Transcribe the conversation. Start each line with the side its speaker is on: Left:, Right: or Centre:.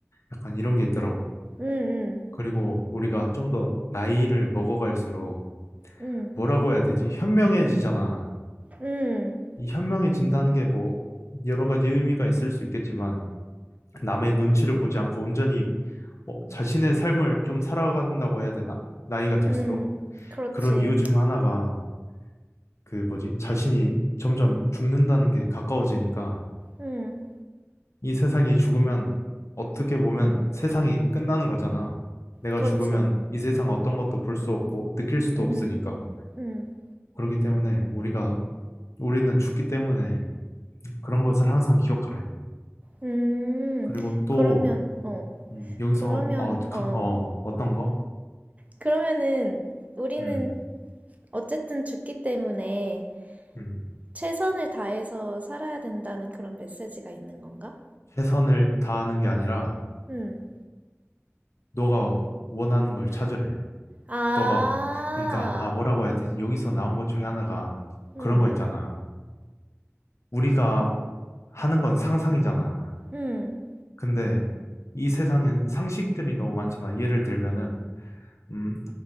Left: 약간 이런 게 있더라고.
Right: 음,
Left: 그리고 우리가 좀 더 나이를 먹어갈수록,
Right: 음,
Left: 뭐라고 해야 되지? 현명해지잖아.
Right: 음, 음,
Left: 이 현명해진다는 게 뭐, 여러 가지 의미가 있을 수 있겠지만, 남의 눈치를 보지 않고 온전히 뭐 자신의 삶을 좀 살아간다고 해야 되나? 나이가 들수록
Right: 음, 그렇지.
Left: 그런 이유 중 하나가 그 뭐지? 자신이 점점 죽는다는 게 가까워지니까
Right: 음,
Left: 이 세상이 죽으면 어떻게 보면 세상이 끝나는 거잖아. 내가
Right: 그렇지.
Left: 죽으면 이 세상 어떤 것도 볼 수 없고 느낄 수도
Right: 음,
Left: 없으니까.
Right: 음,
Left: 그렇기 때문에 우리가 우리는 죽기 때문에 그런 것을 항상 기억하래.
Right: 음,
Left: 그리고 또
Right: 그러면,
Left: 음,
Right: 어,
Left: 음, 여기서
Right: 그러면,
Left: 어, 가-
Right: 어,
Left: 어, 어떤 거?
Right: 그러면은 우리는
Left: 음,
Right: 어쨌든 죽기 때문에
Left: 음,
Right: 최선을 다해서 살아야 된다는 그런 메시지가 있는 건가?
Left: 최선을 다하는 게 아니라
Right: 음,
Left: 너가 원하는 걸 찾으래.
Right: 아,
Left: 너가 그러니까 아 뭐라고 해야 되지? 여기서 나온 것 중에 하나가
Right: 음,
Left: 그런 거 있잖아. 우리가 하는 건 상상이잖아.
Right: 음.
Left: 근데 이 세상엔 상식들이 너무 많잖아. 예를 들면은 음,